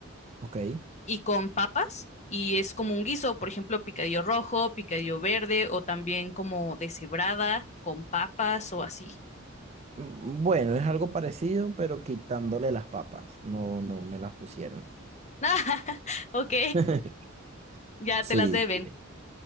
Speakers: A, on the right; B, on the left.
A: ok.
B: y con papas y es como un guiso, por ejemplo, picadillo rojo, picadillo verde o también como deshebrada con papas o así. <laughs>
A: Mm, Bueno, es algo parecido, pero quitándole las papas. No, no me las pusieron.
B: Ah, ok,
A: <laughs>
B: ya
A: Sí,
B: te las deben.
A: sí.